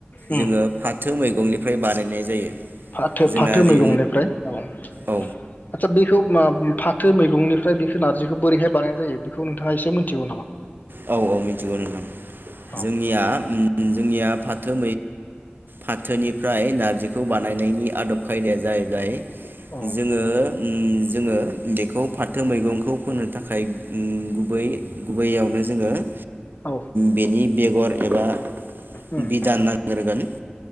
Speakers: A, on the left (about 45°); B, on the right (about 55°).
A: उम
B: जोङो फाथो मैगंनि फ्राय बानायनाय जायो
A: फाथो
B: जोंना
A: फाथो
B: जे
A: मैगंनिफ्राय औ आदसा
B: औ
A: बेखौ मा फाथो मैगंनिफ्राय बेखौ नारजिखौ बोरैहाय बानायनाय जायो बेखौ नोंथाङा एसे मोनथिगौ नामा
B: औ औ मिथिगौ नोंथां
A: औ
B: जोंनिया जोंनिया फा थो फाथोनिफ्राय नारजिखौ बानायनायनि आदब खायदाया जाहैबाय
A: औ
B: जोङो ओम जोङो बेखौ फाथो मैगंखौ फोनो थाखाय ओम गुबै गुबैयावनो जोङो ओ
A: औ
B: बेनि बेगर एबा
A: उम
B: बिदान नांगोरगोन